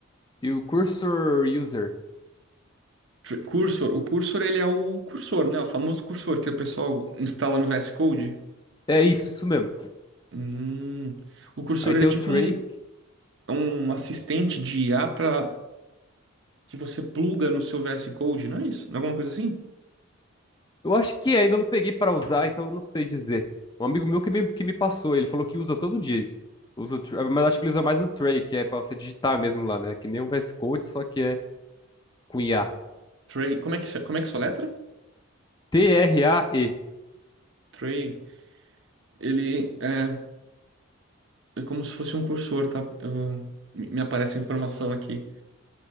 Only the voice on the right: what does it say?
Tr- Cursor, o cursor ele é o cursor, né? O famoso cursor que o pessoal instala no VS Code.
Hum. O cursor
ele
é tipo
um, é um assistente de IA para que você pluga no seu VS Code, não é isso? Não é Alguma coisa assim?
Tray, como é que se- como é que soletra?
Tray, ele é, é como se fosse um cursor, tá? Eu- me me aparece a informação aqui